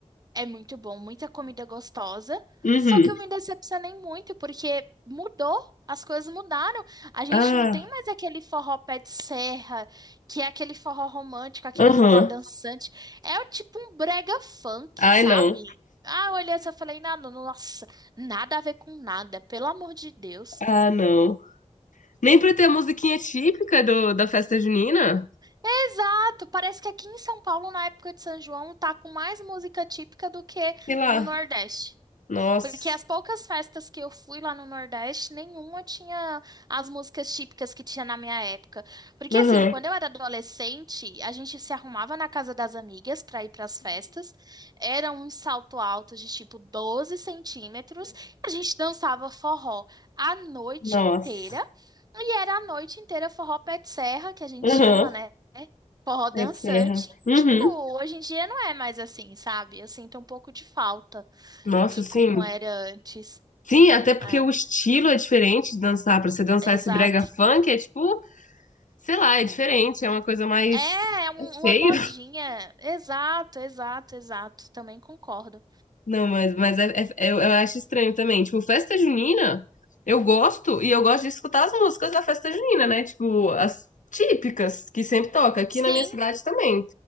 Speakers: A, on the right; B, on the left.
A: É muito bom, muita comida gostosa.
B: Uhum.
A: Só que eu me decepcionei muito porque mudou, as coisas mudaram. A gente
B: Ah,
A: não tem mais aquele forró pé de serra, que é aquele forró romântico, aquele
B: aham.
A: forró dançante. É o tipo um brega funk,
B: Ai,
A: sabe?
B: não.
A: Ah, eu olhei assim, eu falei, nada, nossa, nada a ver com nada, pelo amor de Deus.
B: Ah, não. Nem pra ter a musiquinha típica do, da festa junina?
A: Exato, parece que aqui em São Paulo, na época de São João, tá com mais música típica do que
B: Sei lá.
A: no Nordeste.
B: Nossa.
A: Porque as poucas festas que eu fui lá no Nordeste, nenhuma tinha as músicas típicas que tinha na minha época. Porque
B: Aham.
A: assim, quando eu era adolescente, a gente se arrumava na casa das amigas para ir para as festas. Era um salto alto de tipo 12 centímetros. A gente dançava forró a noite
B: Nossa.
A: inteira. E era a noite inteira forró pé de serra, que a gente
B: Aham.
A: chama, né? Forró dançante.
B: Pé de serra. Uhum.
A: Tipo, hoje em dia não é mais assim, sabe? Eu sinto um pouco de falta
B: Nossa,
A: de
B: sim.
A: como era antes.
B: Sim, até porque
A: É,
B: o estilo é diferente de dançar. Pra você dançar
A: exato.
B: esse brega funk é tipo, sei lá, é diferente. É uma coisa mais.
A: É, é um-
B: É
A: uma
B: feio.
A: modinha. Exato, exato, exato. Também concordo.
B: Não, mas, mas é, é- eu, eu acho estranho também. Tipo, festa junina, eu gosto e eu gosto de escutar as músicas da festa junina, né? Tipo, as típicas que sempre toca. Aqui
A: Sim,
B: na minha cidade também.